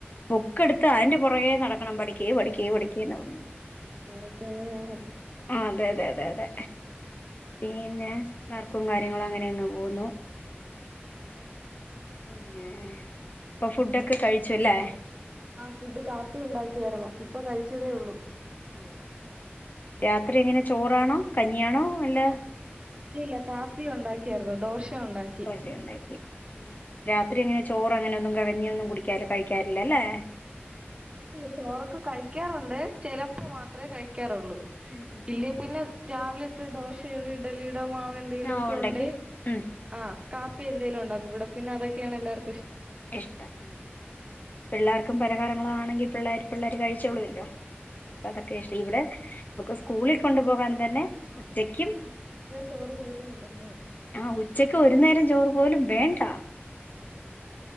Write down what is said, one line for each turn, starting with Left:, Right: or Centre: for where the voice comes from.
Left: ബുക്ക് എടുത്ത് അതിന്റെ പുറകെ നട പഠിക്കേ പഠിക്കേ പഠിക്കേന്ന് പറഞ്ഞ്
Right: പിള്ളേരൊക്കെ അങ്ങനെയാണല്ലോ
Left: ആ അതെ അതെ അതെ അതെ പിന്നെ വർക്കും കാര്യങ്ങളും അങ്ങനെ അങ്ങ് പോകുന്നു
Right: ഉം
Left: പിന്നെ ഇപ്പൊ ഫുഡൊക്കെ കഴിച്ചുവല്ലേ
Right: ആഹ് ഫുഡ് കാപ്പി ഉണ്ടാക്കിയായിരുന്നു ഇപ്പൊ കഴിച്ചതേ ഉള്ളൂ
Left: ഓഹ് രാത്രി എങ്ങനെ ചോറാണോ കഞ്ഞിയാണോ അല്ല
Right: ഇല്ല ഇല്ല, കാപ്പി ഉണ്ടാക്കിയായിരുന്നു ദോശ ഉണ്ടാക്കി
Left: ദോശ ഉണ്ടാക്കി മ് രാത്രി അങ്ങനെ ചോറ് അങ്ങനെ ഒന്നും കഞ്ഞിയൊന്നും കുടിക്കാ കഴിക്കാറില്ലല്ലേ
Right: ഇല്ല ചോറൊക്ക കഴിക്കാറുണ്ട് ചിലപ്പോ മാത്രമേ കഴിക്കാറുള്ളൂ
Left: ഉം ഉം
Right: ഇല്ലേ പിന്നെ രാവിലത്തെ ദോശ, ഉണ്ട് ഇഡ്ഡലി, ഉണ്ട് - ടെ മാവ് എന്തെലും
Left: ആ
Right: ഒക്കെ
Left: ഉണ്ടെങ്കി
Right: ഉണ്ടെ
Left: ഉം
Right: ആ കാപ്പി എന്തേലുമുണ്ടാക്കുമോ ഇവിടെ പിന്നെ അതൊക്കെയാണ് എല്ലാവർക്കും ഇഷ്
Left: ഇഷ്ടം ഉം ഉം പിള്ളേർക്കും പലഹാരങ്ങളാണെങ്കിൽ പിള്ളേർ പിള്ളേര് കഴിച്ചൊള്ളുമ ല്ലോ അതൊക്കെ ഇഷം ഇവിടെ നമുക്ക്
Right: അങ്ങനെ
Left: സ്കൂളിൽ
Right: പിന്നെ
Left: കൊണ്ടു പോകാൻ തന്നെ
Right: എപ്പോഴും ചോറിലോ
Left: ഉച്ചക്കും
Right: ഉച്ചക്ക് ഒരു നേരം ചോറ് കഴിക്കുന്നുണ്ടല്ലോ
Left: ആ ഉച്ചക്ക് ഒരു നേരം ചോറ് പോലും വേണ്ടാ
Right: ആഹ്